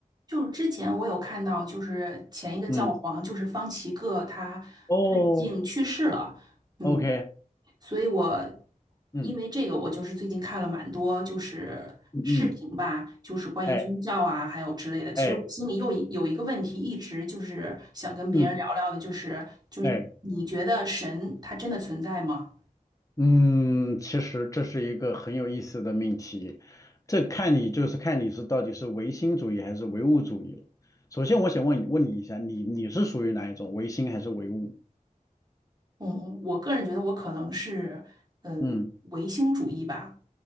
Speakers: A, on the right; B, on the left.
A: 就是之前我有看到，就是前一个教皇，
B: 嗯，
A: 就是方济各，他最近去世了，
B: 哦
A: 嗯，
B: ，OK，
A: 所以我
B: 嗯
A: 因为这个，我就是最近看了蛮多就是视频吧，
B: 嗯嗯，
A: 就是关于宗教啊，
B: 哎
A: 还有之类的。其实我心里又一有一个问题，
B: 哎
A: 一直就是想跟别人聊聊的，
B: 嗯
A: 就是就是你觉得神他真的存在吗？
B: 哎嗯，其实这是一个很有意思的命题，这看你就是看你是到底是唯心主义还是唯物主义了。首先，我想问你问你一下，你你是属于哪一种，唯心还是唯物？
A: 嗯，我个人觉得我可能是，嗯、
B: 嗯
A: 唯心主义吧。